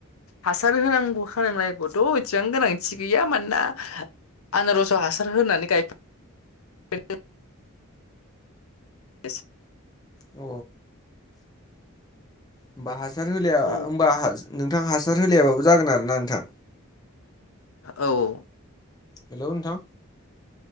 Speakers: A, on the left; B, on the left.
A: हासार होनांगौ होनोंलायगौथ' एसेबां गोनांथि गैया मानोना आनारस हासार होनानै गायफेर एस
B: अ होमबा हासार होलाया
A: औ
B: होमबा नोंथां हासार होलायाबाबो जागोन आरो ना नोंथां
A: औ औ
B: हेलौ नोंथां